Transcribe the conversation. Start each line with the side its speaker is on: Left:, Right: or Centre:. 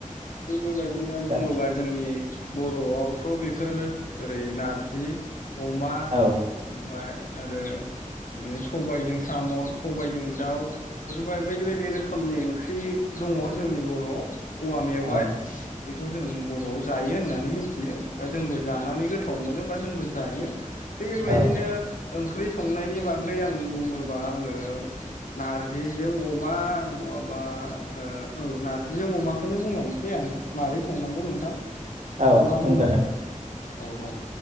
Left: थिग बेबायदिनो
Right: दा
Left: बुङोबा जोंनि। बरआवथ बेफोर ओरै नारजि अमा
Right: औ
Left: ओमफाय। आरो बिदिनो सबायजों साम सबायजों दाउ। <unintelligible> बायदि बायदि रोखोमनि ओंख्रि। बे दङ जोंनि बर औ औवा मेवाय
Right: औ
Left: <unintelligible> खौ जों बरआव जायो होननानै मिथियो। बा जोंबो जानानै गोथाव मोनो बा जोंबो जायो थिग बेबायदिनो
Right: औ
Left: ओंख्रि सं संनायनि बागै आं बुङोबा आङो नारजिजों अमा नङाबा हो औ नार जिजों अमाखौनो बुंलांनोसै आङो मारै संनांगौ नोंथां
Right: औ
Left: ना मा बुङो
Right: बुंजागोन
Left: नोंथां
Right: दे
Left: औ औ